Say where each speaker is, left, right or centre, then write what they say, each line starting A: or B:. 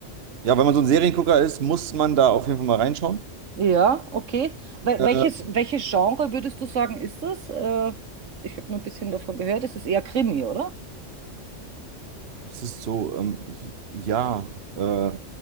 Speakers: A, on the right (about 55°); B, on the right (about 85°).
A: ja, wenn man so ein Seriengucker ist, muss man da auf jeden Fall mal reinschauen.
B: Ja, okay. Wel
A: Äh,
B: welches, welches Genre würdest du sagen, ist das? Äh, ich habe nur ein bisschen davon gehört, es ist eher Krimi, oder?
A: das ist so, ähm, j- ja, äh,